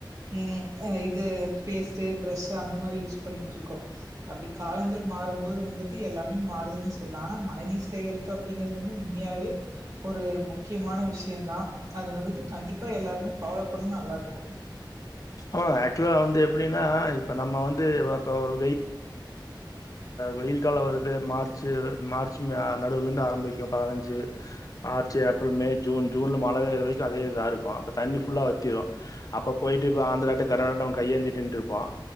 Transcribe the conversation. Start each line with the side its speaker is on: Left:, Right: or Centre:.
Right: ஹம் இது பேஸ்ட்ட் ப்ஷ் அந்த மாதிரி யூஸ் பண்ணி இருக்கோம் அப்படி காலங்கள் மாறும்போது வந்துட்டு எல்லாமே மாறுதுன்னே சொல்லலாம் ஆனா மழை நீீர் சேகரிப்பு அப்படிங்கிறது வந்து உண்மையாவே ஒரு முக்கியமான விஷயம்தான் அது வந்துட்டு கண்டிப்பா எல்லாருமே ஃபாலோ பண்ணும் நல்லா இருக்கும்
Left: ஆமா ஆக்சுவலா வந்து எப்படின்னா இப்ப நம்ம வந்து வெயில ஒரு வெயில் காலம் வருது மார்ச் மார்ச் நடுவுலேருந்து ஆரம்பிக்கும் பதினஞ்சு மார்ச் ஏப்ரல் மே ஜூன் ஜூன்ல மழை பேறுவைக்கும் அதே இதா இருக்கும் அப்ப தண்ணி புல்லா வத்திரும் அப்ப போயிட்டு இப்போ ஆந்திரா டூ கர்னாட்டகா கையேந்தி நிண்ணுட் இருப்போம்